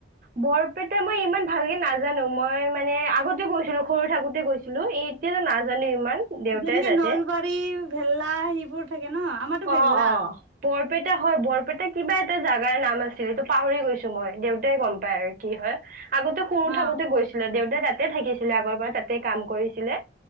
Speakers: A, on the right (about 45°); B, on the right (about 85°).
A: বৰপেটা মই ইমান ভালকে নাজানো, মই মানে আগতে গৈছিলোঁ সৰু থাকোতে গৈছিলোঁ, এই তেতিয়া নাজানো ইমান। দেউতাই
B: যেনেকে
A: যাতে
B: নলবাৰী ভেলা সেইবোৰ থাকে ন'? আমাৰতো
A: অ',
B: ভেল্লা
A: অ'। বৰপেটা হয় বৰপেটা কিবা এটা জাগাৰ নাম আছিল ত' পাহৰি গৈছোঁ মই, দেউতাই গম পাই আৰু কি হয়। আগতে সৰু
B: অ
A: থাকোতে গৈছিলোঁ, দেউতাই তাতে থাকিছিলে আগৰপৰা তাতে কাম কৰিছিলে।